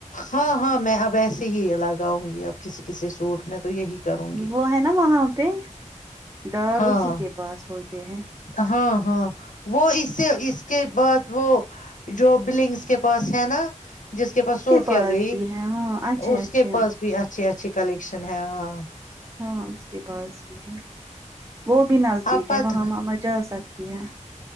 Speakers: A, on the left; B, on the right.
A: ہاں ہاں میں اب ایسے ہی لگاؤں گی اب کسی کسی سوٹ میں تو یہی کروں گی
B: وہ ہے نا وہاں پہ ڈر
A: ہاں
B: اسی کے پاس ہوتے ہیں
A: ہاں ہاں وہ اس سے اس کے بعد وہ جو بلنگس کے پاس ہے نا اس کے پاس سوفیا
B: پاس
A: گئی
B: بھی ہے ہاں اچھے
A: اس
B: اچھے
A: کے
B: ہیں
A: پاس بھی اچھے اچھے کل شن ہےاں
B: ہاں اس کے پاس بھی ہے وہ بھی نزدیک
A: آپ پت
B: ہے وہاں ماما جا سکتے کہ <unintelligible>